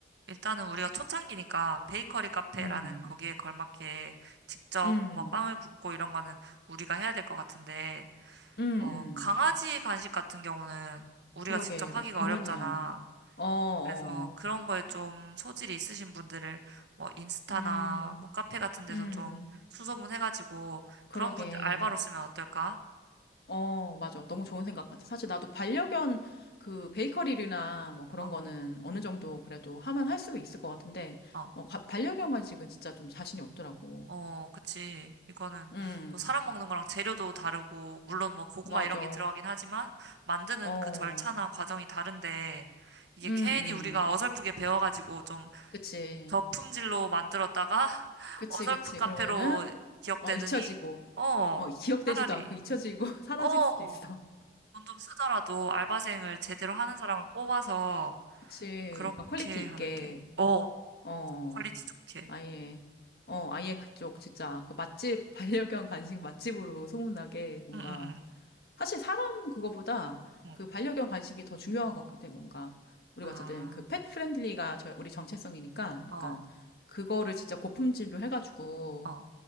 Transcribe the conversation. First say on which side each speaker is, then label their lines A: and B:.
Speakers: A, on the right; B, on the left.
A: 일단은 우리가 초창기니까 베이커리 카페라는
B: 음,
A: 거기에 걸맞게 직접
B: 음,
A: 뭐 빵을 굽고 이런 거는 우리가 해야 될 것 같은데,
B: 음,
A: 어,
B: 음.
A: 강아지 간식 같은 경우는 우리가
B: 그러게,
A: 직접
B: 나도
A: 하기가
B: 고민이야.
A: 어렵잖아.
B: 어, 어.
A: 그래서 그런 거에 좀 소질이 있으신 분들을 뭐 인스타나
B: 음,
A: 뭐 카페 같은 데서
B: 음.
A: 좀 수소문 해가지고
B: 그러게.
A: 그런 분들 알바로 쓰면 어떨까?
B: 어, 맞아. 너무 좋은 생각 같아. 사실 나도 반려견 그 베이커리나 뭐 그런
A: 어,
B: 거는 어느 정도 그래도 하면 할 수 있을 것 같은데,
A: 어.
B: 어, 가- 반려견 간식은 진짜 좀 자신이 없더라고.
A: 어, 그치. 이거는
B: 음,
A: 또 사람 먹는 거랑 재료도 다르고, 물론 뭐 고구마
B: 맞아.
A: 이런 게 들어가긴 하지만, 만드는
B: 어,
A: 그 절차나 과정이 다른데, 이게
B: 음,
A: 괜히
B: 음.
A: 우리가 어설프게 배워가지고 좀
B: 그치.
A: 저품질로 만들었다가, <laughs>
B: 그치,
A: 어설픈
B: 그치.
A: 카페로
B: 그러면은,
A: 기억되느니,
B: 어, 잊혀지고,
A: 어,
B: 어, 기억되지도
A: 차라리,
B: 않고 잊혀지고 <laughs> 사라질
A: 어,
B: 수도 있어.
A: 돈 좀 쓰더라도 알바생을 제대로 하는 사람을 뽑아서,
B: 그치.
A: 그렇게
B: 약간 퀄리티 있게.
A: 하는 게, 어,
B: 어.
A: 퀄리티 좋게.
B: 아예, 어, 아예 그쪽, 진짜, 그 맛집, <laughs> 반려견 간식 맛집으로 소문나게 뭔가,
A: 응, 응, 응,
B: 사실 사람 그거보다
A: 응.
B: 그 반려견 간식이 더 중요한 것 같기 때문에 뭔가, 우리가
A: 아,
B: 어쨌든 그 펫 프렌들리가 저, 우리 정체성이니까
A: 어,
B: 약간 그거를 진짜 고품질로 해가지고
A: 어,